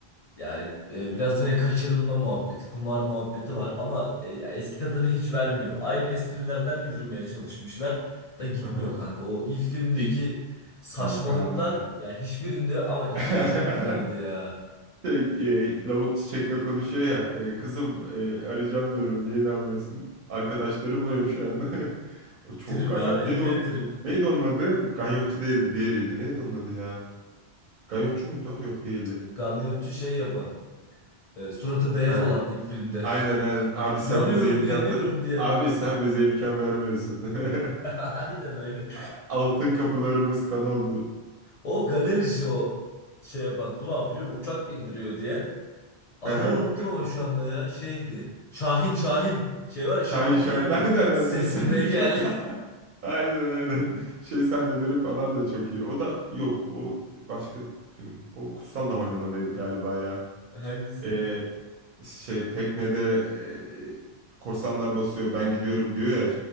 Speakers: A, on the left; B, on the right.
A: Ya e, biraz yine kaçırılma muhabbeti, kumar muhabbeti
B: Aha,
A: var ama e, ya eski tadını hiç vermiyor. Aynı esprilerden yürümeye çalışmışlar da gitmiyor
B: aha.
A: kanka. O ilk filmdeki
B: İlk
A: saçmalıklar
B: kanka.
A: ya hiçbirinde ama iki
B: <laughs>
A: de çok güzeldi ya.
B: Şey, e, lavuk çiçekle konuşuyor ya. e, kızım e, arayacağım diyorum niye inanmıyorsun? Arkadaşlarımlayım şu an. <laughs> O çok
A: Trip
B: ganyot.
A: ha yine
B: Neydi o?
A: trip.
B: Neydi onun adı? Ganyotçu değildi. Diğeriydi. Neydi onun adı ya? Ganyotçu muydu o? Yok değildi.
A: Ganyotçu şey yapan, e, suratı beyaz
B: He.
A: olan ilk filmde.
B: Aynen aynen.
A: <laughs>
B: Abi sen
A: Yanıyorum
B: bize imkan
A: yanıyorum
B: ta-
A: diye.
B: Abi sen bize imkan vermiyorsun.
A: <laughs>
B: <laughs>
A: Aynen aynen.
B: A- Altın kapılarımız kan oldu.
A: O galerici o şey yapan bu ne yapıyor? Uçak bindiriyor diyen. Adını
B: Hı hı.
A: unuttum ama şu anda ya. Şeydi. Şahin Şahin. Şey var ya
B: Şahin
A: Şahin.
B: Şahin. <laughs> Aynen
A: Sesime
B: aynen. Şahin
A: gel.
B: Şahin. <laughs> Aynen aynen. Şey sahneleri falan da çok iyi. O da yok. O başka filmdi. O Kutsal Damacana'daydı galiba ya.
A: <laughs> Hangisi?
B: e, şey teknede e, korsanlar basıyor ben gidiyorum diyor ya